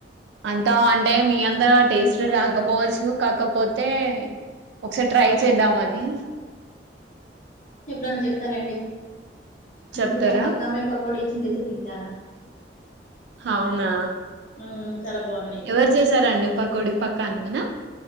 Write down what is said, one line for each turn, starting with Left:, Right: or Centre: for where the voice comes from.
Right: అంతో అంటే మీ అంతా టేస్ట్ రాకపోవచ్చు కాకపోతే ఒకసారి ట్రై చేద్దాం అని
Left: ఎప్పుడన్నా చెప్తలెండి
Right: చెప్తారా
Left: ఇప్పుడు మా పక్కామె పకోడి చిందైతే తింటానా
Right: అవునా
Left: మ్మ్ చాలా బాగున్నాయి
Right: ఎవరు జేసారండి పకోడి పక్కనునా